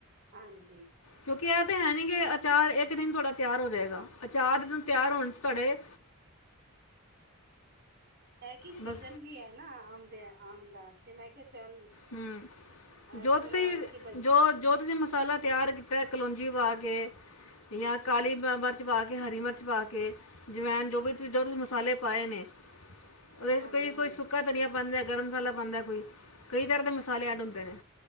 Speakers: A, on the right (about 50°); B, on the left (about 75°).
A: ਹਾਂਜੀ
B: ਕਿਉਂਕਿ ਇਹ ਤਾਂ ਹੈ ਨੀ ਕਿ ਅਚਾਰ ਇੱਕ ਦਿਨ ਤੁਹਾਡਾ ਤਿਆਰ ਹੋ ਜਾਏਗਾ ਅਚਾਰ ਤਿਆਰ ਹੋਣ ਚ ਤੁਹਾਡੇ
A: ਹੈ ਕਿ ਸੀਜਨ
B: ਬਸ
A: ਵੀ ਹੈ ਨਾ ਆਮ ਦੇ ਆਮ ਦਾ ਤੇ ਮੈਂ ਕਿਹਾ ਚੱਲ
B: ਹਮ
A: ਅ
B: ਜੋ
A: ਥੋੜਾ
B: ਤੁਸੀਂ
A: ਰੋਕੇ ਬ
B: ਜੋ ਜੋ ਤੁਸੀਂ ਮਸਾਲਾ ਤਿਆਰ ਕੀਤੈ ਕਲੋਂਜੀ ਪਾ ਕੇ, ਯਾ ਕਾਲੀ ਮਿਰਚ ਪਾ ਕੇ, ਹਰੀ ਮਿਰਚ ਪਾ ਕੇ ਜਵੈਨ ਜੋ ਵੀ ਜੋ ਤੁਸੀਂ ਮਸਾਲੇ ਪਾਏ ਨੇ ਉਹਦੇ
A: ਹਾਂਜੀ
B: ਚ ਕਈ
A: ਹਾਂ
B: ਕੋਈ ਸੁੱਕਾ ਧਨੀਆ ਪਾਂਦੈ ਗਰਮ ਮਸਾਲਾ ਪਾਂਦੈ ਕੋਈ ਕਈ ਤਰ੍ਹਾਂ ਦੇ ਮਸਾਲੇ ਐਡ ਹੁੰਦੇ ਨੇ